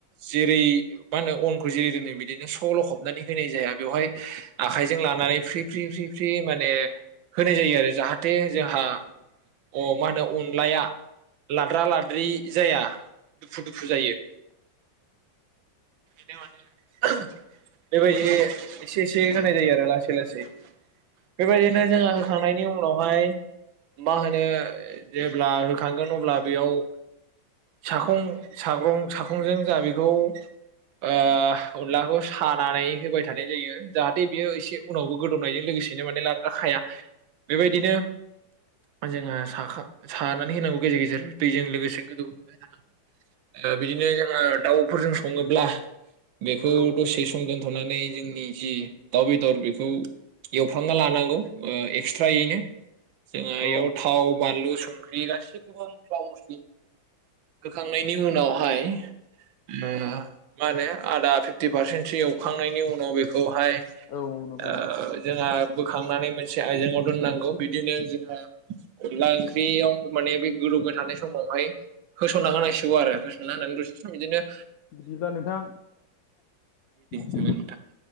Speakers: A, on the right; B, on the left.
A: जेरै मा होनो अनखौ जेरै दिनै बिदिनो स' लख'बनानै होनाय जाया बेवहाय आखायजों लानानै फ्रि फ्रि फ्रि फ्रि माने होनाय जायो आरो जाहाथे जोंहा अ मा होनो अनलाया लाद्रा लाद्रि जाया दुफु दुफु जायो। बि माने बेबायदि एसे एसे होनाय जायो आरो लासै लासै बेबायदिनो जोंहा होखांनायनि उनावहाय मा होनो जेब्ला होखांगोन अब्ला बेयाव साखं साग्रं साखंजों जा बेखौ ओ अनलाखौ सानानै होबाय थानाय जायो जाहाथे बेयो एसे उनावबो गोदौनायजों लोगोसेनो माने ला दाखाया बेबायदिनो जोंहा साखां‌ सानानै होनांगौ गेजेर गेजेर दैजों लोगोसे गोदौ होबाय थानांगौ ओ बिदिनो जोङो दाउफोरजों सङोब्ला बेखौ
B: औ
A: दसे सम दोनथ'नानै जोंनि जि दाउ बेदर बेखौ एवफ्रामना लानांगौ ओ एक्सट्रायैनो जोंहा बेयाव
B: औ
A: थाव बानलु संख्रि बेयो गासैखौबो मस्ला मस्ली होखांनायनि उनावहाय ओ मा होनो आदा फिफ्टि पारसेन्टसो एवखांनायनि उनाव बेखौहाय
B: औ नंगौ
A: ओ
B: नंगौ
A: जोंहा बोखांनानै मोनसे आयजेंआव दोननांगौ बिदिनो जोंहा अनला ओंख्रियाव माने बे गोदौबाय थानाय समावहाय होसनना होनांसिगौ आरो होसनना होनानै दसे सम बिदिनो
B: बिदिब्ला नोंथां <unintelligible>
A: <unintelligible>